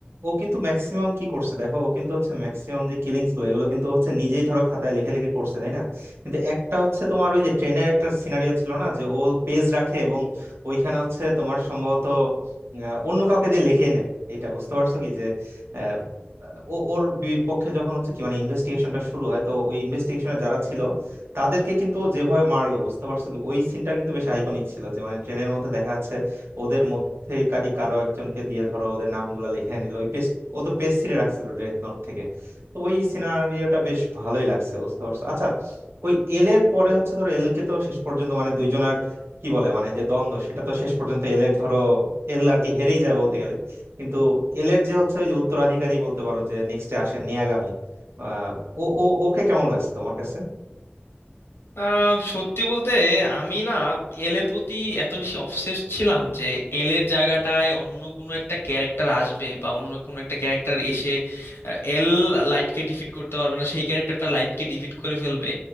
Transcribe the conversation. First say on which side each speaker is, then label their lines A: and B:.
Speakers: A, on the right; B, on the left.
A: ও কিন্তু ম্যাক্সিমাম কি করছে দেখো ও কিন্তু হচ্ছে ম্যাক্সিমাম যে কিলিংস গুলো এগুলো কিন্তু হচ্ছে নিজেই ধরো খাতায় লিখে লিখে করছে তাই না কিন্তু একটা হচ্ছে তোমার ওই যে ট্রেনের একটা সিনারিও ছিল না যে ও পেজ রাখে এবং ওইখানে হচ্ছে তোমার সম্ভবত আহ, অন্য কাউকে দিয়ে লিখে নেয় এটা বুঝতে পারছো কি যে আহ, ও ওর বিপক্ষে যখন হচ্ছে কি মানে ইনভেস্টিগেশনটা শুরু হয় তো ওই ইনভেস্টিগেশনে যারা ছিল তাদেরকে কিন্তু ও যেভাবে মারলো বুঝতে পারছো কি ওই সিনটা কিন্তু বেশ আইকনিক ছিল যে মানে ট্রেনের মধ্যে দেখা যাচ্ছে ওদের মধ্যেকারী কারো একজনকে দিয়ে ধরো ওদের নামগুলো লিখে নিল ওই পেস্ট ও তো পেস্ট ছিঁড়ে রাখছিল ডেথ নোট থেকে তো ওই সিনারিওটা বেশ ভালোই লাগছে বুঝতে পারছো আচ্ছা ওই এল এর পরে হচ্ছে ধরো এল কে তো শেষ পর্যন্ত মানে দুইজনার কি বলে মানে যে দ্বন্দ্ব সেটা তো শেষ পর্যন্ত এল এর ধরো এল আর কি হেরেই যায় বলতে গেলে কিন্তু এল এর যে হচ্ছে ওই যে উত্তরাধিকারী বলতে পারো যে নেক্সটে আসে নেয়াগামী আহ ও ও ওকে কেমন লাগছে তোমার কাছে
B: আহ, সত্যি বলতে আমি না এল এর প্রতি এত বেশি অবসেসড ছিলাম যে এল এর জায়গাটায় অন্য কোনো একটা ক্যারেক্টার আসবে বা অন্য কোনো একটা ক্যারেক্টার এসে এল লাইটকে ডিফিট করতে পারবে না সেই ক্যারেক্টারটা লাইটকে ডিফিট করে ফেলবে